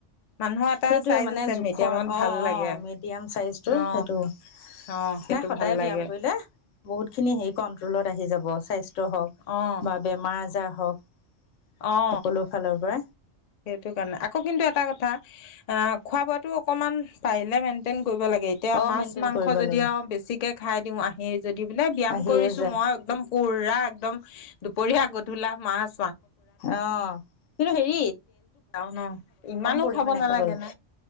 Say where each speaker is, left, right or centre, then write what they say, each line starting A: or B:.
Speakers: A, on the left (about 65°); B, on the left (about 80°).
A: মানুহৰ এটা
B: সেইটোয়ে
A: চাইজ
B: মানে
A: আছে
B: জোখৰ
A: মিডিয়ামত ভাল
B: অ',
A: লাগে
B: অ', মিডিয়াম চাইজটো
A: অ
B: সেইটো নাই
A: অ সেইটো
B: সদায়
A: ভাল লাগে
B: ব্যায়াম কৰিলে বহুত খিনি হেৰি কন্ট্ৰ'লত আহিল। যাব স্বাই স্বাস্থ্য
A: অ
B: বা বেমাৰ আজাৰ হওক।
A: অ
B: সকলো ফালৰ পৰা।
A: সেইটো কাৰণে আকৌ কিন্তু এটা কথা। অ' খোৱা-বোৱাটো অকণমান, পাৰিলে মেইনটেইন কৰিব লাগে, এতিয়া
B: অ
A: মাছ-মাংস
B: মেইনটেইন কৰিব
A: যদি
B: লাগে
A: আও বেছিকে খাই দিওঁ, আহি যদি বোলে ব্যায়াম
B: আহিয়ে
A: কৰিছোঁ,
B: যায়
A: মই এক্দম পুৰা একদম দুপৰীয়া। গধূলা মাছ
B: অ', কিন্তু সেই
A: অ', ইমানো
B: পৰিমাণে
A: খাব নালাগে
B: লাগে
A: ন!